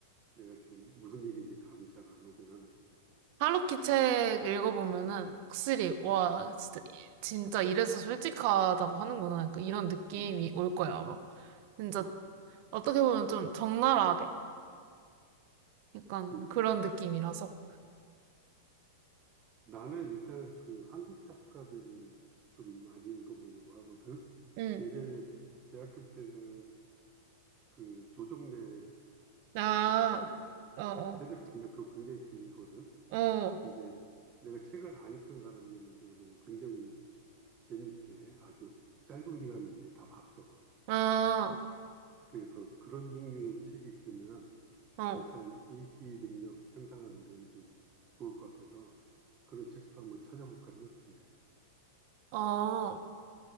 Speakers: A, on the right; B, on the right.
A: 내가 지금 무슨 얘기인지 감이 잘 안 오긴 하네.
B: 하루키 책 읽어보면은 확실히 와
A: 음,
B: 진짜 이- 진짜 이래서 솔직하다고 하는구나 그러니까 이런 느낌이
A: 음,
B: 올 거야 아마 진짜
A: 아,
B: 어떻게 보면 좀 적나라하게 약간
A: 음.
B: 그런 느낌이라서
A: 나는 일단 그 한국 작가들을 좀 많이 읽어보려고 하거든.
B: 응.
A: 예전에 대학교 때는 그 조정래
B: 아,
A: 작가의 그
B: 어, 어,
A: 태백산맥 그거 굉장히 길거든.
B: 어,
A: 근데 내가 책을 안 읽던 사람이었는데도 굉장히 재밌게 아주 짧은 기간 내에 다 봤어.
B: 아,
A: 그래서 그런 종류의 책이 있으면
B: 어,
A: 일단 읽기 능력 향상하는 데는 좀 좋을 것 같아서 그런 책도 한번 찾아볼까 생각 중이야, 지금.
B: 어.